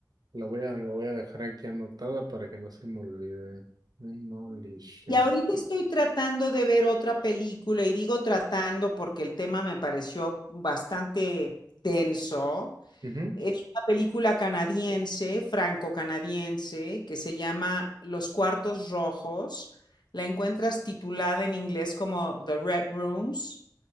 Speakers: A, on the right; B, on the left.
A: Lo voy a, lo voy a dejar aquí anotada para que no se me olvide. Demolition.
B: Y ahorita estoy tratando de ver otra película y digo tratando porque el tema me pareció bastante denso.
A: Ujú,
B: Es una película canadiense, franco-canadiense, que se llama Los Cuartos Rojos. La encuentras titulada en inglés como The Red Rooms